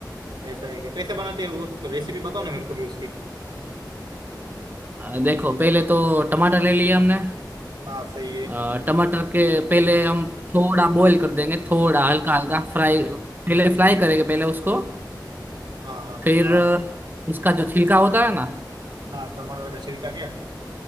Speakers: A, on the right (about 85°); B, on the right (about 25°).
A: ऐसा है क्या कैसे बनाते हैं वो रेसिपी बताओ ना मेरे को भी उसकी
B: अ, देखो पहले तो टमाटर ले लिए हमने
A: हाँ सही है
B: अ, टमाटर के पहले हम थोड़ा बॉईल कर देंगे थोड़ा हल्का हल्का फ्राई पहले फ्राई करेंगे पहले उसको
A: हाँ हाँ
B: फिर
A: हाँ
B: अ, उसका जो छिलका होता है ना
A: हाँ टमाटर का छिलका क्या